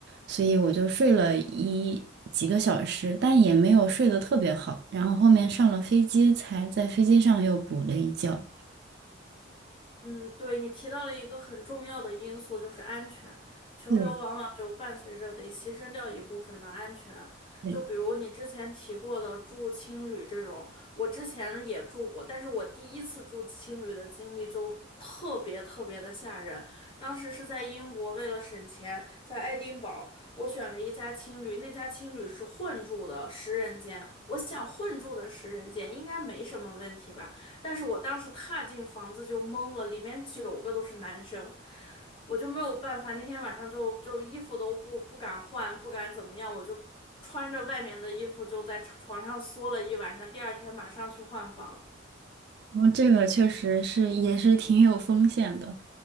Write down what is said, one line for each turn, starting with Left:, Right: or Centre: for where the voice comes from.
Right: 所以我就睡了一几个小时，但也没有睡得特别好。然后后面上了飞机才在飞机上又补了一觉。
Left: 嗯，对，你提到了一个很重要的因素，就是安全。穷游往往就伴随着得牺牲掉一部分的安全，
Right: 对。对，
Left: 就比如你之前提过的住青旅这种，我之前也住过，但是我第一次住青旅的经历就特别特别的吓人。当时是在英国，为了省钱，在爱丁堡，我选了一家青旅，那家青旅是混住的十人间，我想混住的十人间应该没什么问题吧。但是我当时踏进房子就懵了，里面九个都是男生，我就没有办法。那天晚上就就衣服都不不敢换，不敢怎么样，我就穿着外面的衣服就在床上缩了一晚上。第二天马上去换房，
Right: 然后这个确实是也是挺有风险的。